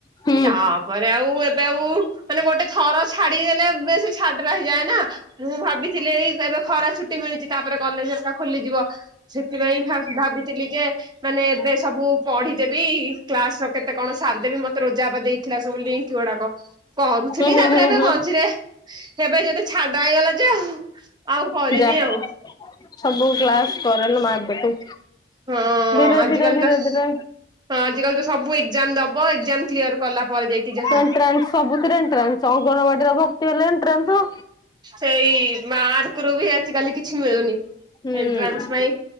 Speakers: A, on the left (about 20°); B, on the right (about 25°).
A: ହୁଁ
B: ତାପରେ ଆଉ ଏବେ ଆଉ ମାନେ ଗୋଟେ ଥର ଛାଡିଦେଲେ ବେଶି ଛାଡ଼ରା ହେଇଯାଏ ନା ମୁଁ ଭାବିଥିଲି ଏଇ ଏବେ ଖରା ଛୁଟି ମିଳିଛି ତାପରେ କଲେଜ ହେରିକା ଖୋଲିଯିବ ସେଥିପାଇଁ ଭାବି ଭାବିଥିଲି ଯେ ମାନେ ଏବେ ସବୁ ପଢି଼ଦେବି କ୍ଲାସ୍ ର କେତେ କଣ ସାରିଦେବି ମତେ ରୋଜା ଅପା ଦେଇଥିଲା ସବୁ ଲିଙ୍କ୍ ଗୁଡାକ କରୁଥିଲି
A: ହୁଁ ହୁଁ
B: ତାପରେ
A: ହୁଁ
B: ଏବେ
A: ହୁଁ।
B: ମଝିରେ ଏବେ ଯଦି ଛାଡ଼ରା ହେଇଗଲା ଯେ ଆଉ କରିନି
A: ଯା ସବୁ
B: ଆଉ
A: କ୍ଲାସ୍ କରଲୋ ମା ଏବେଠୁ।
B: ହଁ
A: ଧୀରେ
B: ଆଜିିକାଲି
A: ଧୀରେ ଧୀରେ
B: ତ ହଁ
A: ଧୀରେ
B: ଆଜିକାଲି ତ ସବୁ ଏକ୍ ଏକ୍ଜାମ୍ ଦବ ଏକ୍ଜାମ କ୍ଲିୟର୍ କଲା ପରେ ଯାଇକି ଯାହା
A: ଏଣ୍ଟ୍ରାନ୍ସ ସବୁଥିରେ ଏଣ୍ଟ୍ରାନ୍ସ ଅଙ୍ଗନବାଡିର ଭର୍ତି ହେଲେ ଏଣ୍ଟ୍ରାନ୍ସ ହୋ
B: ସେଇ ମାର୍କରୁ ବି ଆଜିକାଲି କିଛି ମିଳୁନି।
A: ହୁଁ
B: ଏଣ୍ଟ୍ରାନ୍ସ ପାଇଁ